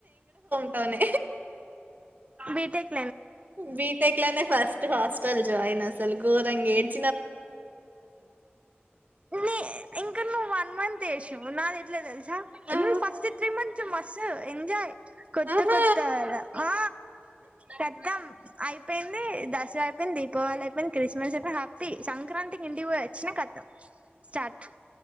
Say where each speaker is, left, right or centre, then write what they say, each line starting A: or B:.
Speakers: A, on the right; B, on the right.
A: అవును
B: బిటెక్
A: బీటెక్ లోనే ఫస్ట్ ఫస్ టల్ జాయిన్ అసల్ గోరంగేడ్
B: నే ఇంకా నువ్వు వన్ మంత్ వేసి నాది ఎట్లే తెల్సా
A: ఆ
B: నువ్ ఫస్ట్ త్రీ మంత్ మస్తీ ఎంజాయ్ కొత్త
A: ఆహా
B: కొత్తా కదా ఆ తెద్దాం అయిపోయింది. దసరా అయిపోయింది, దీపావళి అయిపో మేం క్రిస్మస్ జర్పి హ్యాపీ సంక్రాంతికిి ఇండికివోయచ్చిన కతం స్టార్ట్